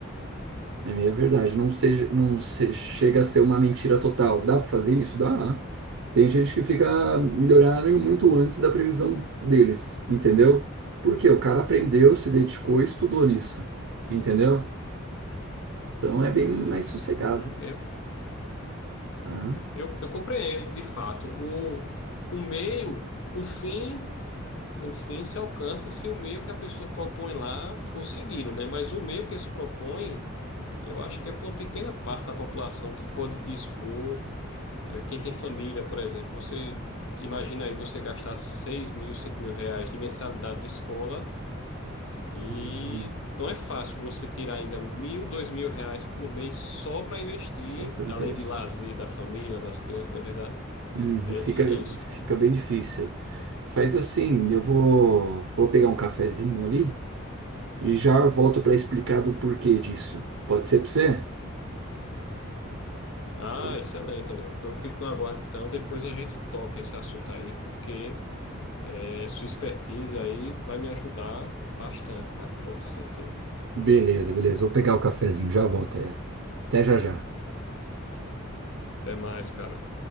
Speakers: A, on the right; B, on the left.
A: É meia verdade. Não seja, não se, chega a ser uma mentira total. Dá pra fazer isso? Dá. Tem gente que fica milionário muito antes da previsão deles, entendeu? Porque o cara aprendeu, se dedicou e estudou nisso. Entendeu? Então é bem mais sossegado,
B: Uhum. Eu,
A: tá?
B: eu, eu compreendo, de fato. O, o meio, o fim, o fim se alcança se o meio que a pessoa propõe lá for seguido, né? Mas o meio que se propõe, eu acho que é para uma pequena parte da população que pode dispor. Eh, Quem tem família, por exemplo, você imagina aí você gastar seis mil, cinco mil reais de mensalidade de escola. E
A: Uhum.
B: não é fácil você tirar ainda mil, dois mil reais por mês só para investir,
A: Só para
B: além
A: peixe.
B: de lazer da família, das crianças, na verdade.
A: Hum,
B: É
A: fica,
B: difícil.
A: fica bem difícil. Faz assim, eu vou, vou pegar um cafezinho ali e já volto para explicar do porquê disso. Pode ser para você?
B: Ah,
A: Tá.
B: excelente, Anel. Eu fico no aguardo, então. Depois a gente toca esse assunto aí, porque é, sua expertise aí vai me ajudar bastante, cara. Pode ter certeza.
A: Beleza, beleza. Vou pegar o cafezinho, já volto aí. Até já já.
B: Até mais, cara.